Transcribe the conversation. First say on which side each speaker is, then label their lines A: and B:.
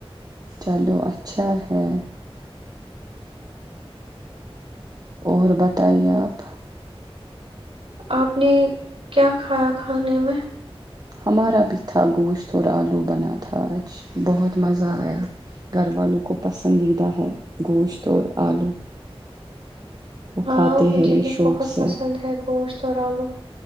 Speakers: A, on the right; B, on the right.
A: چلو اچھا ہے اور بتائیے آپ
B: آپ نے کیا کھایا کھانے میں
A: ہمارا بھی تھا گوشت اور آلو بنا تھا آج بہت مزہ آیا گھر والوں کو پسندیدہ ہے گوشت اور آلو وہ
B: ہاں
A: کھاتے
B: مجھے
A: ہیں یہ
B: بھی
A: شوق
B: بہت
A: سے
B: پسند ہے گوشت اور آلو